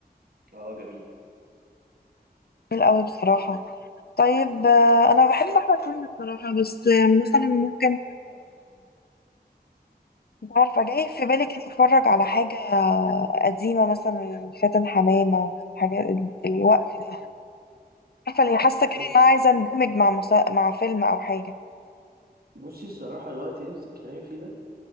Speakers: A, on the right; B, on the left.
A: اه جميل
B: جميل قوي بصراحة طيب آه، انا بحب احمد حلمي بصراحة بس آه، مثلا ممكن انت عارفة جاي في بالي كده اتفرج على حاجة قديمة مثلا فاتن حمامة حاجة ال- الوقت ده عارفة اللي حاسة كده
A: بص
B: ان انا عايزة اندمج مع مسا... مع فيلم او حاجة
A: بصي الصراحه الوقت اللي انت بتتكلمي فيه ده